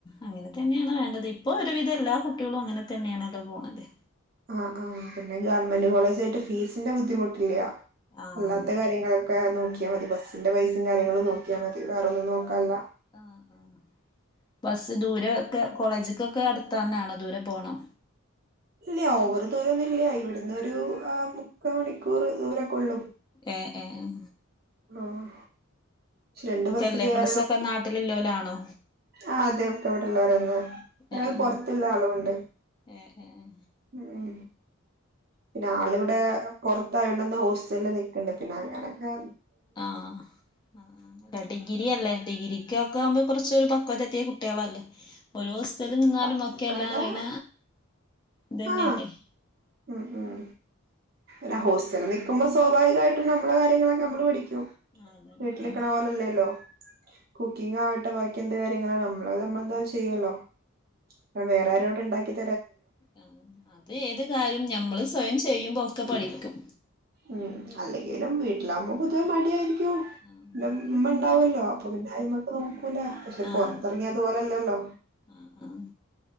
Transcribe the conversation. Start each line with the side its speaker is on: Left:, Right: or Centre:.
Left: അങ്ങനെ തന്ന്യായാണ് വേണ്ടത് ഇപ്പൊ ഒരുവിധം എല്ലാ കുട്ട്യേളും അങ്ങനെ തന്നെയാണല്ലോ പോണത്
Right: ആഹ് ആഹ് പിന്നെ ഗവൺമെന്റ് കോളേജ് തായിട്ട് ഫീസിന്റെ ബുദ്ധിമുട്ടില്ല.
Left: ആഹ്
Right: അല്ലാത്ത
Left: അതെ
Right: കാര്യങ്ങളൊക്കെ നോക്കി ട്ട്യാ മതി ബസിന്റെ പൈസിം കാര്യങ്ങളും നോക്കിയാ മതി വേറൊന്നും നോക്കാല്ല
Left: ആഹ് ആഹ് ബസ്സ് ദൂരെ ഒക്കെ കോളേജ്ക്കൊക്കെ അടുത്തന്നാണോ ദൂരെ പോണോ
Right: ഇല്ല ഓവർ ദൂരെ ഒന്നും ഇല്ല ഇവിടുന്ന് ഒരു ആഹ് മുക്കാ മണിക്കൂർ ദൂരൊക്കൊള്ളും
Left: ഏഹ് എഹ് എഹ്
Right: ഓഹ് രണ്ട് ബസ്സ്
Left: അല്ലേ
Right: കേറണം.
Left: ഫ്രണ്ട്സൊക്കെ നാട്ടിലില്ലോലാണോ
Right: ആഹ് അതൊക്കെ ഇവിടെള്ളോരന്നെ ഒരാൾ
Left: ഏഹ്
Right: പൊറത്ത്ള്ള ആള്ണ്ട്
Left: ഏഹ് ഏഹ് ഏഹ്
Right: <unintelligible> ഉം പിന്നെ ആളിവിടെ പൊറത്തായൊണ്ടെന്ന് ഹോസ്റ്റലിൽ നിക്ക്ണ്ട്‌ പിന്നെ അങ്ങനെക്കെ
Left: ആഹ് ആഹ് ഡിഗ്രിയല്ലെ? ഡിഗ്രിക്കൊക്കാവുമ്പ കൊറച്ച് ഒരു പക്വത എത്തിയ കുട്ട്യേളല്ലെ ഒരുസ് റ്റലിൽ നിന്നാലും
Right: തക്കതാ
Left: ഒക്കെ എല്ലാറിണ ഇതെന്നെല്ലെ
Right: ആ ഉം ഉം ന്നെ ഹോസ്റ്റലിൽ നിക്കുമ്പോ സ്വാഭാവികായിട്ടും നമ്മളെ കാര്യങ്ങളൊക്കെ നമ്മൾ പഠിക്കും
Left: ആണ്
Right: വീട്ട്ലിക്ക്ണ
Left: അത്
Right: പോലെല്ലോ കു പിന്നെന്നാവട്ടെ ബാക്കി എന്ത് കാര്യം ആ നമ്മളെന്തായാലും ചെയ്യുല്ലോ കാരണ വേറാരുട്ണ്ടെങ്കിൽ-
Left: ആ അത് ഏത് എന്തായാലും നമ്മള് സ്വയം ചെ ചെയ്യുമ്പോ ഒക്ക പഠിക്കും
Right: ഉം അല്ലെ എങ്കിലും വീട്ടിലാവുബോൾ പൊതുവെ മടിയായിരിക്കും
Left: ആഹ്
Right: അമ്മ
Left: അത്
Right: ഇണ്ടാവല്ലോ അപ്പ പിന്നെ ആരും നമ്മക്ക് നോക്കൂല പക്ഷെ
Left: ആഹ്
Right: പൊറത്തെറങ്ങിയാ അത് പോലല്ലല്ലോ
Left: ആഹ് ആഹ്